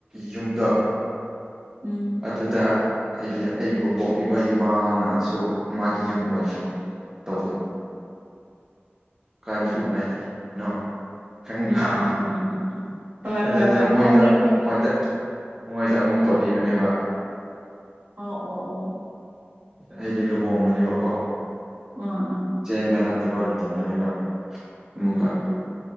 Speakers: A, on the right; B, on the right.
A: ꯌꯨꯝꯗꯣ
B: ꯎꯝ
A: ꯑꯗꯨꯗ ꯑꯩꯒꯤ ꯑꯩꯕꯨ ꯄꯣꯛꯄꯤꯕ ꯏꯃꯥꯅꯁꯨ ꯃꯥꯒꯤ ꯌꯨꯝ ꯑꯣꯏꯅ ꯇꯧꯕꯗꯣ ꯀꯥꯏꯐꯨꯉꯥꯏꯅꯣ
B: ꯎꯝ
A: ꯈꯪꯉꯤꯀꯣ
B: ꯎꯝ ꯎꯝ ꯎꯝ ꯎꯝ ꯎꯝ ꯎꯝ ꯍꯣꯏ
A: ꯑꯗꯨꯗ
B: ꯍꯣꯏ ꯍꯣꯏ
A: ꯃꯣꯏꯗ
B: ꯈꯪꯉꯦ ꯈꯪꯉꯦ
A: ꯃꯣꯏꯗ ꯃꯣꯏꯗ ꯑꯃꯨꯛ ꯇꯧꯕꯤꯕꯅꯦꯕ
B: ꯑ ꯑꯣ ꯑꯣ
A: ꯑꯩꯗꯤ ꯂꯨꯍꯣꯡꯕꯅꯦꯕꯀꯣ
B: ꯎ ꯎ
A: ꯆꯦꯟꯕ ꯅꯠꯇꯕ ꯂꯨꯍꯣꯡꯕꯅꯦꯕ
B: ꯎꯝ
A: ꯑꯃꯨꯛꯀ
B: ꯎꯝ